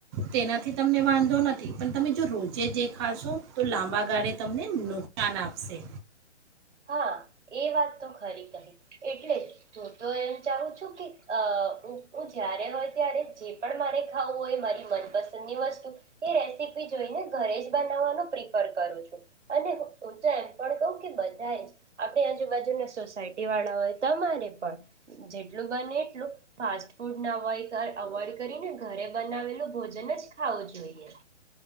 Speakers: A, on the right (about 25°); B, on the right (about 80°).
A: તેનાથી તમને વાંધો નથી પણ તમે જો રોજે જે ખાશો, તો લાંબા ગાળે તમને નુકસાન આપશે.
B: હ, એ વાત તો ખરી કહી. એટલે હું તો એમ ચાહું છું કે અ ઉ ઉ જ્યારે હોય ત્યારે જે પણ મારે ખાવું હોય મારી મનપસંદની વસ્તુ એ રેસીપી જોઈને ઘરે જ બનાવવાનું પ્રિ ફર કરું છું, અને ઉ તો એમ પણ કહું કે બ જાયે જ આપડે આજુબાજુ ને સોસાય ટી વાળાઓ, તમારે પણ જેટલું બને એટલું, ફાસ્ટ ફૂડ ને અવોય અવોઈડ કરીને ઘરે બનાવેલું ભોજન જ ખાવું જોઈએ.